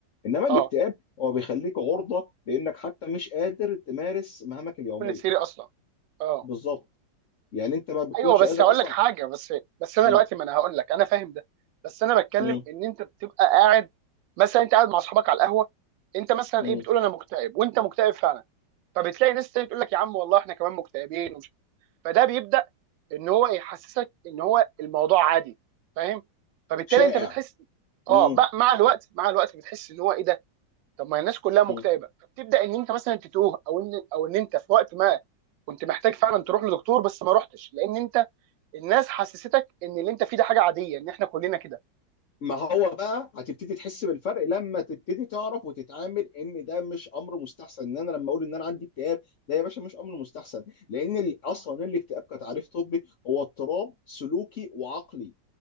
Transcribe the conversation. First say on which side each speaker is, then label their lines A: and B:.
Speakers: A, on the left; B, on the right.
A: انما
B: اه
A: الاكتئاب هو بيخليك عرضه لانك حتى مش قادر تمارس مهامك اليوميه
B: توب الثيري اصلا اه
A: بالظبط يعني انت ما بتكونش
B: ايوه بس
A: قادر
B: هقول
A: اصلا
B: لك حاجه بس بس انا
A: م-
B: دلوقتي ما انا هقول لك انا فاهم ده بس انا بتكلم
A: م-
B: ان انت بتبقى قاعد مثلا انت قاعد مع اصحابك على القهوه انت مثلا
A: م-
B: ايه بتقول انا مكتئب وانت مكتئب فعلا فبتلاقي ناس تانية تقول لك يا عم والله احنا كمان مكتئبين ومش فده بيبدا ان هو يحسسك ان هو الموضوع عادي فاهم فبالتالي
A: شائع
B: انت بتحس اه
A: م-
B: بقى مع الوقت مع الوقت بتحس ان هو ايه ده طب ما الناس كلها مكتئبه
A: م-
B: فبتبدا ان انت مثلا تتوه او ان او ان انت في وقت ما كنت محتاج فعلا تروح لدكتور بس ما رحتش لان انت الناس حسستك ان اللي انت فيه ده حاجه عاديه ان احنا كلنا كده
A: ما هو بقى هتبتدي تحس بالفرق لما تبتدي تعرف وتتعامل ان ده مش امر مستحسن ان انا لما اقول ان انا عندي اكتئاب ده يا باشا مش امر مستحسن لان ال- اصلا الاكتئاب كتعريف طبي هو اضطراب سلوكي وعقلي